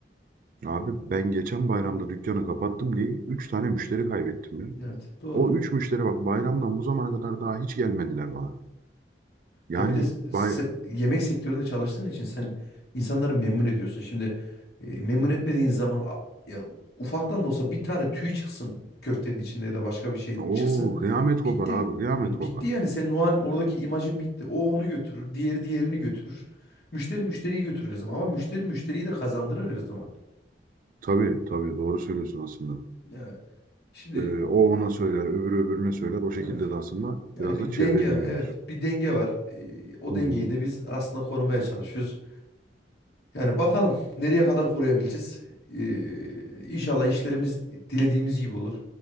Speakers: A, on the right; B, on the left.
A: Abi ben geçen bayramda dükkanı kapattım diye 3 tane müşteri kaybettim ya.
B: Evet, doğru.
A: O 3 müşteri bak bayramdan bu zamana kadar daha hiç gelmediler bana. Yani
B: Ya bir de se-
A: bay...
B: yemek sektöründe çalıştığın için sen insanları memnun ediyorsun. Şimdi e, memnun etmediğin zaman a- yani ufaktan da olsa bir tane tüy çıksın köftenin içinde ya da başka bir şey
A: Oo,
B: çıksın.
A: kıyamet
B: Bitti.
A: kopar abi kıyamet
B: Bitti
A: kopar.
B: yani senin o an oradaki imajın bitti. O onu götürür, diğeri diğerini götürür. Müşteri müşteriyi götürür her zaman ama müşteri müşteriyi de kazandırır her zaman.
A: Tabii tabii doğru söylüyorsun aslında.
B: Ya şimdi
A: Ee, o ona söyler öbürü öbürüne söyler. O şekilde
B: evet.
A: de aslında
B: Yani
A: biraz
B: bir
A: da çevre
B: denge
A: edinilir.
B: evet bir denge var. E, o
A: Hı
B: dengeyi
A: hı.
B: de biz aslında korumaya çalışıyoruz. Yani bakalım nereye kadar koruyabileceğiz. Ee, inşallah işlerimiz dilediğimiz gibi olur.